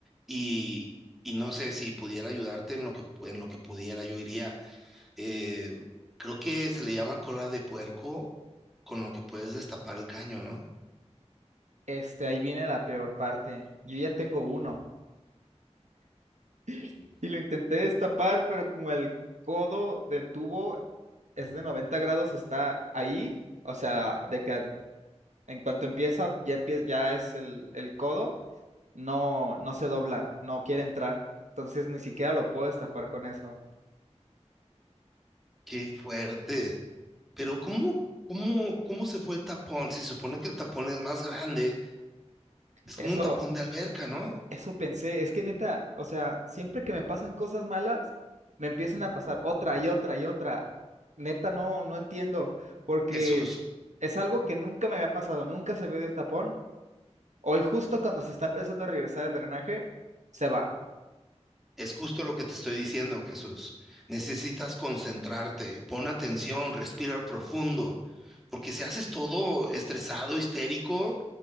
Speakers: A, in the centre; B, on the right.
A: y, y no sé si pudiera ayudarte en lo que, pu- en lo que pudiera, yo iría. Eh, creo que se le llama cola de puerco con lo que puedes destapar el caño, ¿no?
B: Este, ahí viene la peor parte. Yo ya tengo uno. <laughs> Y lo intenté destapar, pero como el codo del tubo es de 90 grados, está ahí, o sea, de que En cuanto empieza, ya empie- ya es el, el codo, no, no se dobla, no quiere entrar. Entonces ni siquiera lo puedo destapar con eso.
A: Qué fuerte. Pero ¿cómo, cómo, cómo se fue el tapón? Si se supone que el tapón es más grande, es
B: Eso,
A: como un tapón de alberca, ¿no?
B: eso pensé, es que neta, o sea, siempre que me pasan cosas malas, me empiezan a pasar otra y otra y otra. Neta, no, no entiendo, porque
A: Jesús,
B: es algo que nunca me había pasado, nunca se vio del tapón. Hoy justo cuando se está empezando a regresar el drenaje, se va.
A: es justo lo que te estoy diciendo, Jesús. Necesitas concentrarte, pon atención, respira profundo, porque si haces todo estresado, histérico,